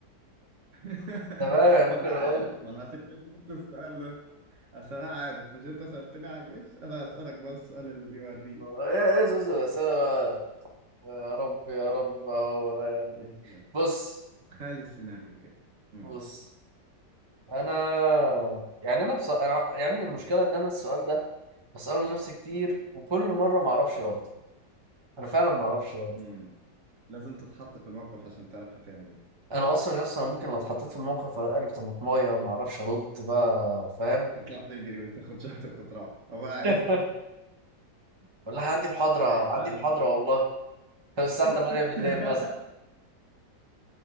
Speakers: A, on the right; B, on the right.
A: <laughs>
B: تمام يعني
A: ما
B: ممكن
A: انا
B: اقول
A: عارف ما انا عشان كده قلت السؤال ده عشان انا عارف مش انت سألتني عن الجيش انا هسألك بقى السؤال اللي يوريك
B: ايه ايه زوز الاسئله بقى يا رب يا رب بقى هو بقى قد
A: يا باشا
B: ايه
A: لا،
B: بص
A: تخيل السيناريو كده مم.
B: بص انا يعني انا بص... أنا... يعني المشكله ان انا السؤال ده بساله لنفسي كتير وكل مره ما اعرفش رد انا فعلا ما اعرفش رد
A: مم. لازم تتحط في الموقف عشان تعرف هتعمل ايه
B: انا اصلا يا اسطى أنا ممكن لو اتحطيت في الموقف اقلب طماطمايه وما اعرفش ارد بقى فاهم
A: بتطلع تجري بتاخد شنطة وتروح او قاعد
B: <laughs> ولا عندي محاضره
A: <laughs>
B: عندي
A: على
B: محاضره
A: السؤال
B: والله <laughs> الساعه
A: <laughs>
B: 8 بالليل مثلا